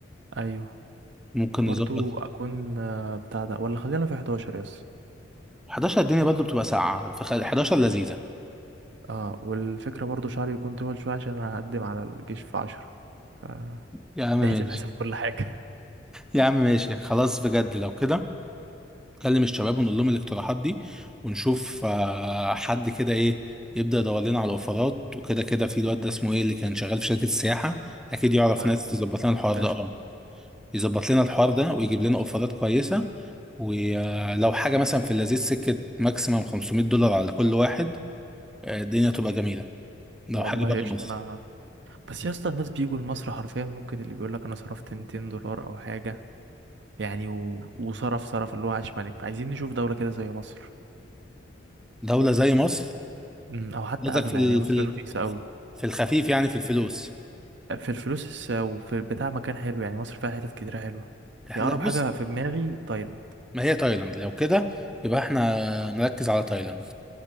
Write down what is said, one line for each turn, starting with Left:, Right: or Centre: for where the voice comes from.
Right: ايوه
Centre: ممكن
Right: برضو
Centre: نظبط
Right: اكون آه، بتاع ده ولا خلينا في 11 يس
Centre: 11 الدنيا برضه بتبقى ساقعة فخلي 11 لذيذة
Right: اه والفكرة برضو شعري يكون طويل شوية عشان انا هقدم على الجيش في 10 فنحسب
Centre: يا عم ماشي
Right: حساب كل حاجة
Centre: يا عم ماشي خلاص بجد لو كده نكلم الشباب ونقول لهم الاقتراحات دي ونشوف آه، حد كده ايه يبدأ يدور لنا على الاوفرات وكده كده في الواد ده اسمه ايه اللي كان شغال في شركة السياحة اكيد يعرف
Right: <laughs> محمود
Centre: ناس تظبط لنا الحوار
Right: قشطة
Centre: ده اه يظبط لنا الحوار ده ويجيب لنا اوفرات كويسة ولو حاجة مثلا في اللذيذ سكة ماكسيمم 500 دولار على كل واحد آه، الدنيا تبقى جميلة لو
Right: والله
Centre: حاجة بره
Right: قشطة
Centre: مصر
Right: انا بس يا اسطى الناس بيجوا لمصر حرفيا ممكن اللي بيقول لك انا صرفت 200 دولار او حاجة يعني و... وصرف صرف اللي هو عاش ملك فعايزين نشوف دولة كده زي مصر
Centre: دولة زي مصر
Right: أمم، او حتى
Centre: قصدك
Right: اغلى
Centre: في ال-
Right: يعني مصر
Centre: في ال-
Right: رخيصة قوي
Centre: في الخفيف يعني في الفلوس
Right: في الفلوس وفي البتاع مكان حلو يعني مصر فيها حتت كتيرة حلوة هي
Centre: لا
Right: اقرب
Centre: بص
Right: حاجة في دماغي تايلاند
Centre: ما هي تايلاند لو كده يبقى احنا نركز على تايلاند